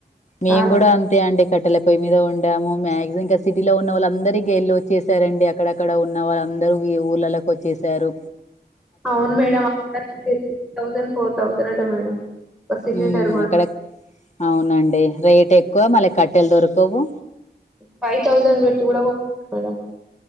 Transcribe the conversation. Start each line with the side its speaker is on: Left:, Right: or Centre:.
Centre: చాలా
Left: మేము కూడా అంతే అండి కట్టెల పోయి మీద ఉండాము మాక్సిం ఇంకా సిటీలో ఉన్న వాళ్ళ అందరికకి వెళ్ళి వచ్చేసారండి అక్కడక్కడ ఉన్ వాళ్ళందరూ ఈ ఊళ్ళలకు వచ్చేశారు
Centre: అవును మేడం అడ సిక్స్ థౌసండ్ ఫోర్ థౌసండ్ అట మేడం ఒ సిలిండర్
Left: హ్మ్.
Centre: మా
Left: అక్కడ అవునండి రేట్ ఎక్కువ మళ్ళీ కట్టెలు దొరకవు
Centre: ఫైవ్ థౌసండ్ పెట్టి కూడా కొన్న మేడమ్